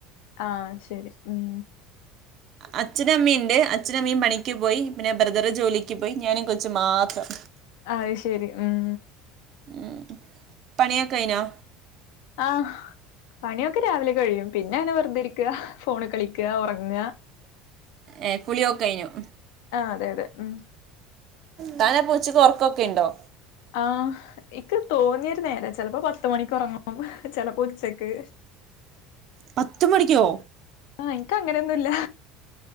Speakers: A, on the left; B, on the right.
A: ആഹ് ശരി ഉം.
B: അച്ഛനും അമ്മീംണ്ട്, അച്ഛനും മ്മീം പണിക്ക്പോയി. പിന്നെ ബ്രദറ്ജോലിക്ക്പോയി, ഞാനും കൊച്ചും മാത്രം
A: അയ്ശെരി ഉം.
B: ഉം പണിയൊക്കെകയിഞ്ഞോ?
A: ആഹ് പണിയൊക്കെരാവിലെകഴിയും. പിന്നെങ്ങന വെറുതിരിക്കാ, ഫോണ്കളിക്ക, ഒറങ്ങ.
B: ഏഹ് കുളിയോക്കെകഴിഞ്ഞു.
A: ആഹ്, അതെ, അതെ, ഉം
B: താനഅപ്പൊച്ച്ക്ക് ഒറക്കക്കെണ്ടോ?
A: ആഹ്, ഇക്ക് തോന്നിയരുനേരം ചിൽപ്പോ പത്ത്മണിക്ക് ഒറങ്ങും ചിലപ്പോ ഉച്ചക്ക്
B: പത്ത്മണിക്കോ?
A: ആഹ്, എനിക്ക് അങ്ങനെയൊന്നുല്ല